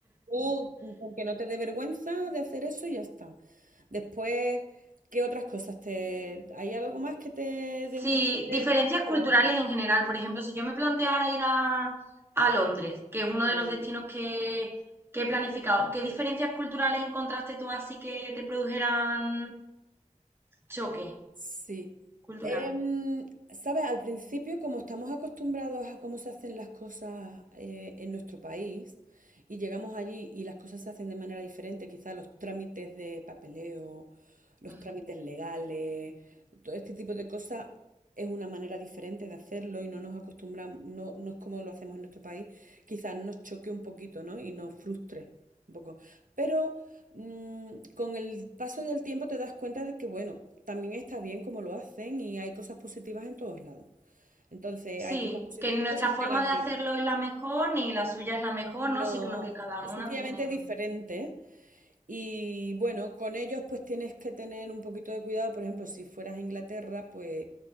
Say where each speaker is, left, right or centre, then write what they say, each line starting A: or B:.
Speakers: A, on the right; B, on the right.
A: Tú, mm, con que no te dé vergüenza de hacer eso, ya está. Después, ¿qué otras cosas te... ¿Hay algo más que te dé
B: Sí,
A: un poquito de
B: diferencias
A: temor?
B: culturales
A: o?
B: en general. Por ejemplo, si yo me planteara ir a, a Londres, que es uno
A: Mm.
B: de los destinos que, que he planificado, ¿qué diferencias culturales encontraste tú así que te produjeran choque
A: Sí.
B: cultural?
A: Em, sabes, al principio, como estamos acostumbrados a cómo se hacen las cosas eh, en nuestro país y llegamos allí y las cosas se hacen de manera diferente, quizás los trámites de papeleo, los
B: Ujú.
A: trámites legales, todo este tipo de cosas es una manera diferente de hacerlo y no nos acostumbramos, no, no es como lo hacemos en nuestro país, quizás nos choque un poquito, ¿no? Y nos frustre un poco. Pero mm, con el paso del tiempo te das cuenta de que, bueno, también está bien como lo hacen y hay cosas positivas en todos lados. Entonces, hay
B: Sí,
A: cosas positivas
B: que nuestra
A: y cosas
B: forma
A: negativas.
B: de hacerlo es la mejor, ni la suya es la mejor,
A: No,
B: ¿no? Sino que cada
A: es
B: una
A: sencillamente
B: tiene
A: diferente. Y bueno, con ellos pues tienes que tener un poquito de cuidado. Por ejemplo, si fueras a Inglaterra, pues